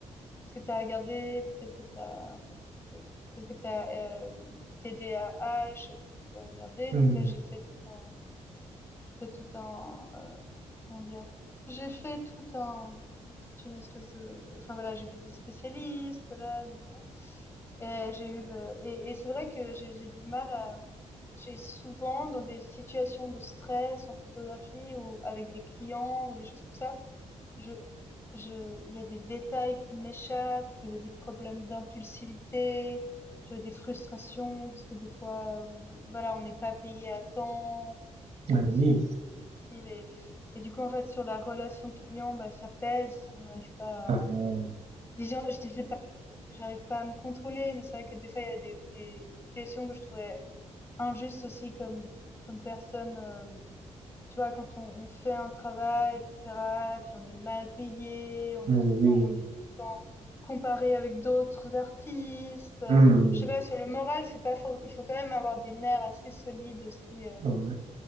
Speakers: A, on the left; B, on the right.
A: est-ce que tu as regardé, peut-être que tu as, peut-être que tu as du TDAH, et que tu voudrais
B: hmm
A: Donc là, j'ai fait tout un, j'ai fait tout un, euh, comment dire, j'ai fait tout un, toute une espèce de, de- enfin voilà, j'ai vu des spécialistes, voilà, nan, nan. et j'ai eu le, et, et c'est vrai que j'ai j'ai du mal à, j'ai souvent dans des situations de stress en photographie ou avec des clients ou des choses comme ça, je, je, il y a des détails qui m'échappent. J'avais des problèmes d'impulsivité. J'avais des frustrations parce que des fois, euh, voilà, on n'est pas payé à temps. On a des moments
B: Ben
A: qui
B: oui.
A: sont plus difficiles et, et du coup, en fait, sur la relation client, bah, ça pèse si on n'arrive pas
B: Ah, mmh.
A: à, disons, je disais pas que j'arrive pas à me contrôler, mais c'est vrai que des fois, il y a des, des situations que je trouvais injustes aussi comme, comme personne, euh, tu vois, quand on, on fait un travail, etc., puis on est mal payé, on
B: Ben
A: est tout le temps,
B: oui.
A: on est tout le temps comparé avec d'autres artistes. euh,
B: hmm
A: je sais pas, sur le moral, c'est pas for- il faut quand même avoir des nerfs assez solides aussi. euh,
B: Ouais,